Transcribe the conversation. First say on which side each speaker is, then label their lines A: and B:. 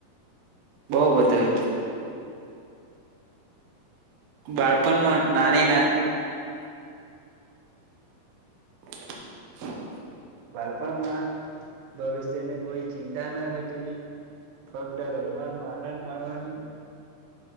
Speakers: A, on the right; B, on the right.
A: બહુ બધું હતું બાળપણમાં નાની ના <inaudible>
B: બાળપણમાં ભવિષ્યની કોઈ ચિંતા ન હતી ફક્ત રમવાનું આનંદ માણવાની